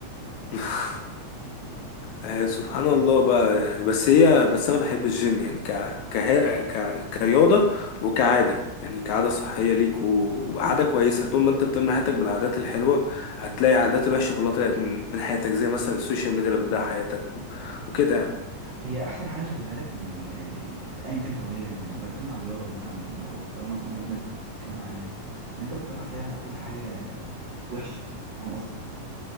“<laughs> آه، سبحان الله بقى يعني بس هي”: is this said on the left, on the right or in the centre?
Left